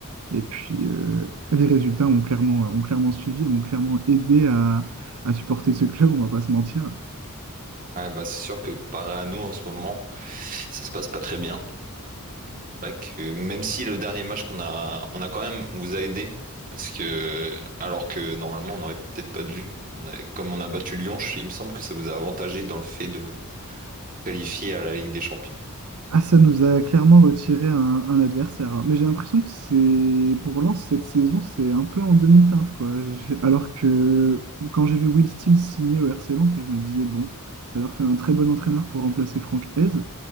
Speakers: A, on the right; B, on the right.
A: Et puis, euh, les résultats ont clairement, ont clairement suivi et m'ont clairement aidé à, à supporter ce club, on va pas se mentir.
B: Ouais, bah c'est sûr que comparé à nous en ce moment, ça se passe pas très bien. C'est vrai que même si le dernier match qu'on a, on a quand même, on vous a aidé parce que alors que normalement on aurait peut-être pas dû. On a- comme on a battu Lyon, je- il me semble que ça vous a avantagé dans le fait de qualifié à la Ligue des Champions.
A: Ah, ça nous a clairement retiré un, un adversaire. Mais j'ai l'impression que c'est pour Lens cette saison, c'est un peu en demi-teinte, quoi. J'ai- Alors que quand j'ai vu Will Steel signer au RC Lens, je me disais, bon, ça leur fait un très bon entraîneur pour remplacer Franck Hez.